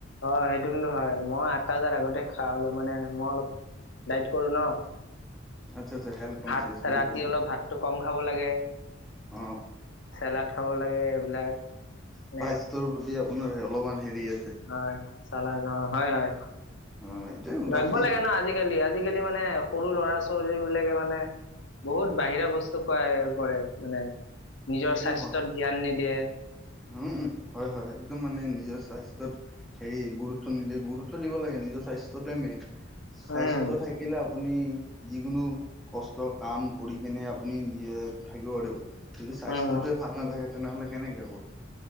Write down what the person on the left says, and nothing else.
হয়, হয়। সেইটো কিন্তু হয় মই আঠটা বজাৰ আগতে খা হ'ল মানে মই অলপ ডাইট কৰো ন।
ভাত
ৰাতি
অলপ ভাতটো কম খাব লাগে,
চেলাড খাব লাগে এইবিলাক মানে
হয়, চালাদ অ' হয়, হয়,
লাগিব
লাগে ন আজিকালি আজিকালি মানে সৰু ল'ৰা ছোৱালী বিলাকে মানে বহুত বাহিৰা বস্তু খুৱাই কৰে মানে নিজৰ
স্বাস্থ্যত
ধ্যান নিদিয়ে।
উম
উম